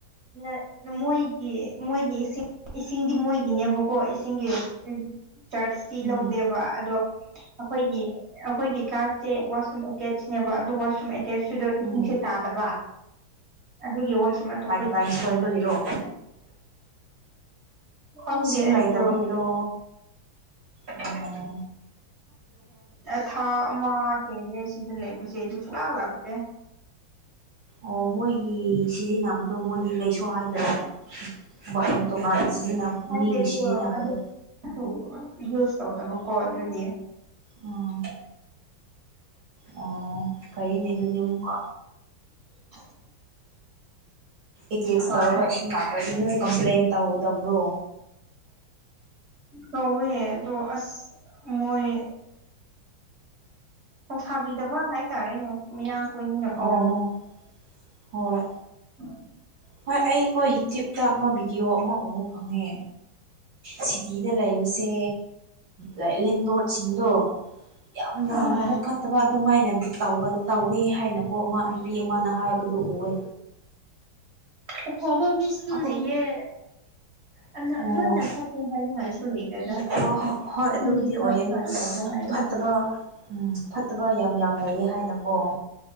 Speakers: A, on the right (about 35°); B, on the right (about 60°).
A: ꯅ ꯃꯣꯏꯒꯤ ꯃꯣꯏꯒꯤ ꯏꯁꯤꯡ ꯏꯁꯤꯡ ꯆꯔꯆꯇꯤ
B: ꯎꯝ
A: ꯂꯧꯗꯦꯕ ꯑꯗꯣ ꯑꯩꯈꯣꯏꯒꯤ ꯑꯩꯈꯣꯏꯒꯤ ꯀ꯭ꯂꯥꯁꯁꯦ ꯋꯥꯁꯔꯨꯝ ꯑꯦꯗꯁꯅꯦꯕ ꯑꯗꯨ ꯋꯥꯁꯔꯨꯝ ꯑꯦꯇꯦꯆꯇꯨꯗ
B: ꯎꯝ
A: ꯏꯁꯤꯡꯁꯦ ꯇꯥꯗꯕ ꯑꯗꯨꯒꯤ ꯋꯥꯁꯔꯨꯝ ꯑꯗꯨ
B: ꯣꯏꯕꯒꯤꯔꯣ
A: ꯈꯪꯗꯦ
B: ꯏꯁꯤꯡ
A: ꯑꯩꯁꯨ
B: ꯂꯩꯇꯕꯒꯤꯔꯣ ꯇꯣ ꯎ
A: ꯑꯦ ꯊꯥ ꯑꯃ ꯍꯦꯜꯂꯦ ꯁꯤꯗ ꯂꯩꯕꯁꯦ ꯑꯗꯨ ꯁꯨꯡꯂꯥꯛ ꯂꯥꯛꯄꯦ
B: ꯑꯣ ꯃꯣꯏꯒꯤ ꯁꯤꯖꯤꯟꯅꯕꯗꯣ ꯃꯣꯏꯗꯤ ꯀꯩꯁꯨ ꯍꯥꯏꯗ꯭ꯔꯣ ꯕꯠꯔꯨꯝ ꯇꯣꯉꯥꯟ ꯁꯤꯖꯤꯟꯅꯕ
A: ꯍꯥꯏꯗꯤ
B: ꯃꯤꯒꯤ
A: ꯑꯗꯨ
B: ꯁꯤꯖꯤꯟꯅꯕꯗꯣ
A: ꯑꯗꯨ ꯌꯨꯁ ꯇꯧꯗꯕꯀꯣ ꯑꯗꯨꯒꯤ
B: ꯎꯝ ꯑꯣ ꯐꯩꯅꯦ ꯑꯗꯨꯗꯤ ꯑꯃꯨꯛꯀꯣ
A: <inaudible>
B: ꯏꯇꯦꯆ
A: ꯍꯣꯏ
B: ꯇꯧꯔꯒ ꯏꯁꯤꯡ ꯉꯥꯛꯇ꯭ꯔꯗꯤ ꯅꯣꯏ ꯀꯝꯄ꯭ꯂꯦꯟ ꯇꯧꯒꯗꯕ꯭ꯔꯣ
A: ꯍꯋꯦ ꯑꯗꯣ ꯑꯁ ꯃꯣꯏ ꯊꯧꯁꯥꯕꯤꯗꯕ ꯍꯥꯏꯇꯥꯔꯦꯅꯦ ꯃꯤꯌꯥꯝ ꯀꯨꯏꯅꯤꯅꯀꯣ
B: ꯑꯣ ꯍꯣꯏ
A: <unintelligible>
B: ꯍꯣꯏ ꯑꯩꯈꯣ ꯌꯨꯇ꯭ꯌꯨꯕꯇ ꯑꯃ ꯚꯤꯗꯤꯑꯣ ꯑꯃ ꯎ ꯐꯪꯉꯦ ꯁꯤꯇꯤꯗ ꯂꯩꯕꯁꯦ ꯂꯥꯏ ꯂꯦꯟꯗꯣꯠꯁꯤꯡꯗꯣ ꯌꯥꯝ ꯅꯥꯝꯃꯕꯨ
A: ꯑꯥ
B: ꯐꯠꯇꯕ ꯑꯗꯨꯃꯥꯏꯅꯗꯤ ꯇꯧꯕ ꯇꯧꯋꯦ ꯍꯥꯏꯅꯀꯣ ꯑꯃ ꯅꯨꯄꯤ ꯑꯃꯅ ꯍꯥꯏꯕꯗꯨ ꯎꯋꯦ
A: ꯑꯐꯕ ꯃꯤꯁꯨ
B: ꯑꯗꯨꯝ
A: ꯂꯩꯌꯦ ꯑꯗꯨꯅ
B: ꯑꯣ
A: ꯂꯣꯏꯅ ꯐꯠꯇꯦ ꯍꯥꯏꯅ ꯍꯥꯏ ꯂꯩꯇꯦꯗ
B: ꯍꯣꯏ ꯍꯣꯏ ꯍꯣꯏ ꯑꯗꯨꯕꯨꯗꯤ
A: ꯃꯤ ꯈꯔ
B: ꯑꯣꯏꯌꯦ ꯑꯗꯨ
A: ꯈꯔ ꯌꯥꯎꯕ ꯍꯥꯏꯅ
B: <unintelligible> ꯎꯝ ꯐꯠꯇꯕ ꯌꯥꯝ ꯌꯥꯝ ꯂꯩꯌꯦ ꯍꯥꯏꯅꯀꯣ